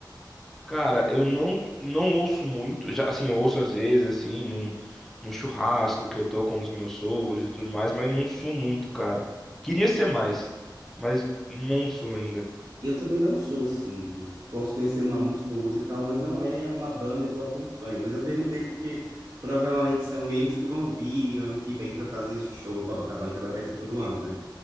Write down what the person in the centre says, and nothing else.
Cara, eu não não ouço muito, já assim, eu ouço às vezes assim, num, num churrasco que eu tô com os meus sogros e tudo mais, mas não sou muito, cara. Queria ser mais, mas não sou ainda.